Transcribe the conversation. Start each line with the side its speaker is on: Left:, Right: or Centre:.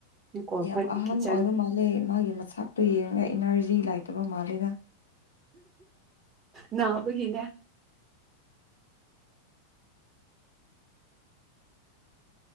Right: ꯅꯤꯀꯣꯜ
Left: ꯌꯥꯝ
Right: ꯈꯣꯏꯒꯤ
Left: ꯑꯍꯥꯟꯕ
Right: ꯀꯤꯠꯆꯟ
Left: ꯑꯣꯏꯕ ꯃꯥꯜꯂꯦ ꯃꯥꯒꯤ ꯃꯆꯇꯣ ꯌꯦꯡꯉꯒ ꯏꯅꯔꯖꯤ ꯂꯩꯇꯕ ꯃꯥꯜꯂꯦꯗ
Right: ꯅꯥꯕꯒꯤꯅꯦ